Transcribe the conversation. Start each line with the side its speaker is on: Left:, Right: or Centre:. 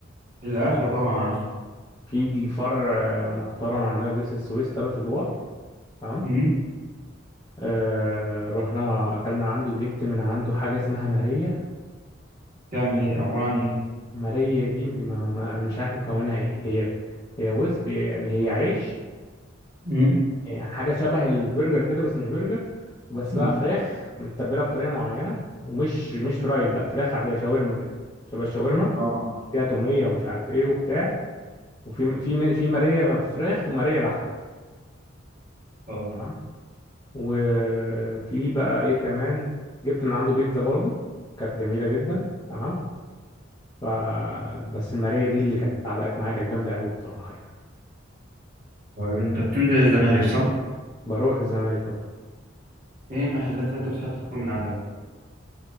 Right: الأكلة طبعا عارف
Left: في فرع آه، محترم عندنا في جسر السويس تلات ادوار تمام
Right: مم.
Left: آه رحنا اكلنا عنده جبت من عنده حاجه اسمها ماريه
Right: تعمل إيه عبارة عن إيه؟
Left: ماريه دي دي ما ما- انا مش عارف مكونها ايه هي هي وز يعني هي عيش
Right: مم.
Left: هي حاجة شبه البرجر كده بس مش برجر بس
Right: مم.
Left: بقى مم. فراخ متبلة بطريقة معينة ومش مش فرايد لا فراخ عادية شاورما كده شبه الشاورما
Right: اه
Left: فيها تومية ومش عارف ايه وبتاع وفي في من- في مارية فراخ ومارية لحمة
Right: اه
Left: تمام وفي بقى ايه كمان جبت من عنده بيتزا برضو كانت جميلة جدا تمام ف بس المارية دي اللي كانت علقت معايا كانت جامدة قوي بصراحة يعني
Right: طيب انت بتنزل الزمالك صح؟
Left: بروح الزمالك طبعا
Right: ايه المحلات اللي انت بتحب تاكل من عندها؟